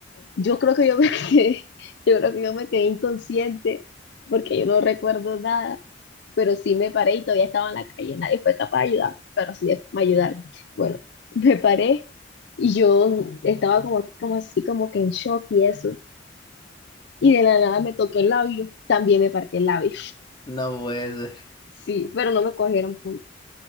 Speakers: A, on the left (about 65°); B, on the left (about 25°).
A: Yo creo que yo me <laughs> quedé, yo creo que yo me quedé inconsciente porque yo no recuerdo nada. pero sí me paré y todavía estaba en la calle, nadie fue capaz de ayudarme, pero sí me ayudaron. Bueno, <laughs> me paré y yo estaba como, como así, como que en shock y eso, y de la nada me toqué el labio, también me partí el labio,
B: No puede ser.
A: <laughs> sí, pero no me cogieron punto,